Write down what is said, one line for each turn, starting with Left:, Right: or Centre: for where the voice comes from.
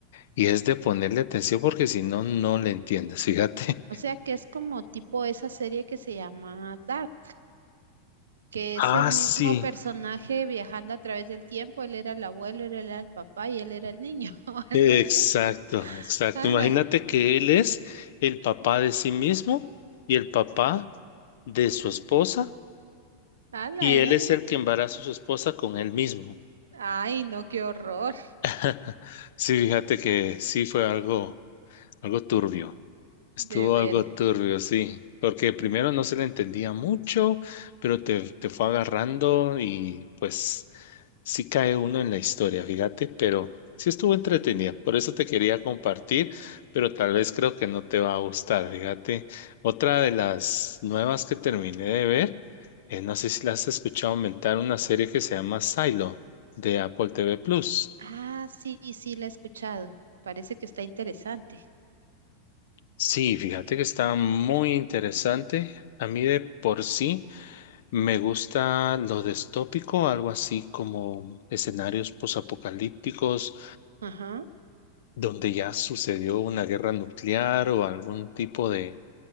Left: y es de ponerle atención porque si no, no le entiendes, fíjate. <laughs>
Right: O sea que es como tipo esa serie que se llama Dark, que es
Left: Ah,
Right: el mismo
Left: sí.
Right: personaje viajando a través del tiempo. Él era el abuelo, él era el papá y él era el niño, <laughs> o algo
Left: Exacto,
Right: así.
Left: exacto.
Right: Ala,
Left: Imagínate que él es el papá de sí mismo y el papá de su esposa,
Right: ala,
Left: y
Right: era.
Left: él es el que embaraza a su esposa con él mismo.
Right: Ay, no, qué horror.
Left: <laughs> Sí, fíjate que sí fue algo, algo turbio. Estuvo
Right: De ver.
Left: algo turbio, sí. Porque primero no se le entendía mucho, pero te, te fue agarrando y pues sí cae uno en la historia, fíjate, pero sí estuvo entretenida.
Right: Mm.
Left: Por eso te quería compartir, pero tal vez creo que no te va a gustar, fíjate. Otra de las nuevas que terminé de ver, eh, no sé si la has escuchado aumentar, una serie que se llama Silo de Apple TV Plus.
Right: Ah, sí, sí, la he escuchado. Parece que está interesante.
Left: Sí, fíjate que está muy interesante. A mí de por sí me gusta lo distópico, algo así como escenarios posapocalípticos
Right: Ajá.
Left: donde ya sucedió una guerra nuclear o algún tipo de,